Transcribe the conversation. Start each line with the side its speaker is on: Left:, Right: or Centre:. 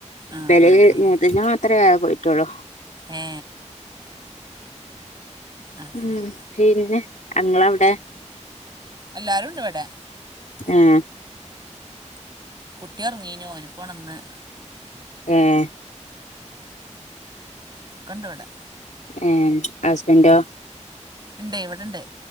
Right: ആ
Left: ബല്
Right: ആ ആ
Left: മൂത്തച്ഛ അത്രയാ പോയിട്ടോളൂ.
Right: ഏ അത്
Left: ഉം
Right: ശരി
Left: പിന്നെ അങ്ങളവിടെ
Right: എല്ലാരും ഉണ്ട് വടെ.
Left: ഏഹ്.
Right: കുട്ടി ഒറങ്ങീനു ഓനിപ്പോണന്ന്.
Left: ഏഹ്.
Right: ഒകൊണ്ടുവിടെ.
Left: ഏ ഹസ്ബൻഡോ?
Right: ഉണ്ട് ഇവിടെണ്ട്.